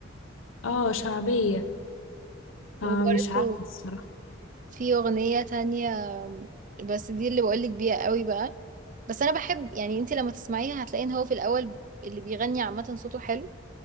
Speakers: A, on the left; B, on the right.
A: اه شعبية فمش
B: وبرده
A: عارفة الصراحة
B: في أغنية تانية بس دي اللي بقولك بيها قوي بقى بس أنا بحب يعني انتي لما تسمعيها هتلاقي ان هو في الأول اللي بيغني عامة صوته حلو